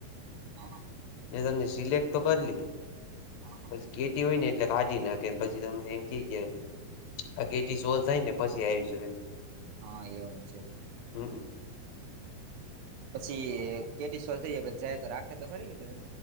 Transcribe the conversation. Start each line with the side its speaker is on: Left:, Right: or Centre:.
Right: હમ.
Left: મે તમને સિલેક્ટ તો કરી લીધી.
Right: હા.
Left: પસ કેેતી હોય ને એટલે કાઢી નાખ કેમ પછી તમને એમ ક કે આ કેટી સોલ્ થાય ને પછી આવીજોય એમ.
Right: હા એ આવ છે.
Left: હમ હમ.
Right: પછી કેટી સોલ થઈ જાય પછી જાય તો રાખે તો ફરી એમ.